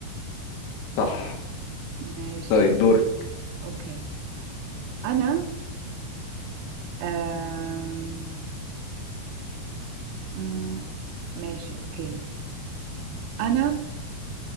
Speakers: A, on the left; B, on the right.
A: صح
B: ماشي
A: طيب دورك
B: اوكي انا آه... مم. ماشي اوكي انا ف-